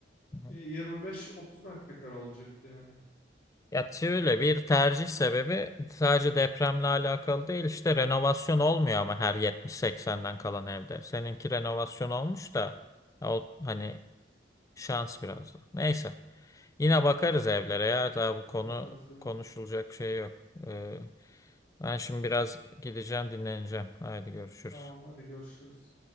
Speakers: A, on the left; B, on the left.
A: Hı hı.
B: e, 25-30 metrekare olacaktı yani.
A: Ya şöyle bir tercih sebebi sadece depremle alakalı değil işte renovasyon olmuyor ama her 70 seksenden kalan evde. Seninki renovasyon olmuş da ya o hani şans biraz da. Neyse yine
B: Ee,
A: bakarız evlere ya daha bu konu
B: bakarız yani.
A: konuşulacak şey yok. Ee, ben şimdi biraz gideceğim dinleneceğim. Haydi görüşürüz.
B: Tamam hadi görüşürüz.